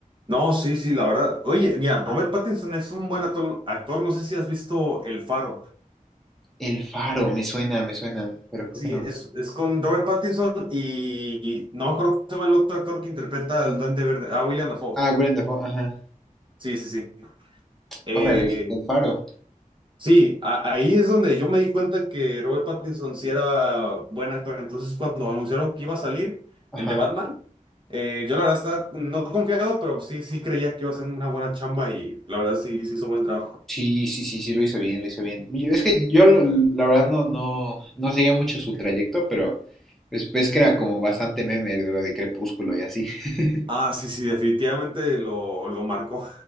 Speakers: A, on the right; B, in the centre.
A: No, sí, sí, la verdad. Oye, mira, Robert Pattinson es un buen actor, actor. No sé si has visto El Faro.
B: El Faro, me suena, me suena, pero creo
A: Sí,
B: que no.
A: es, es con Robert Pattinson y y no creo que se llama el otro actor que interpreta al Duende Verde. Ah, William Dafoe.
B: Ah, Willem Dafoe, ajá.
A: Sí, sí, sí. Eh,
B: Órale, El Faro,
A: Sí, a- ahí es donde yo me di cuenta que Robert Pattinson sí era buen actor. Entonces, cuando anunciaron que iba a salir
B: ajá.
A: en The Batman, eh, yo la verdad estaba no confiado, pero sí, sí creía que iba a ser una buena chamba y la verdad sí, sí hizo buen trabajo.
B: Sí, sí, sí, sí, lo hizo bien, lo hizo bien. Yo- es que yo, lo- la verdad, no, no, no seguía mucho su trayecto, pero pues, es que era como bastante meme de lo de Crepúsculo y así. <laughs>
A: Ah, sí, sí, definitivamente lo, lo marcó.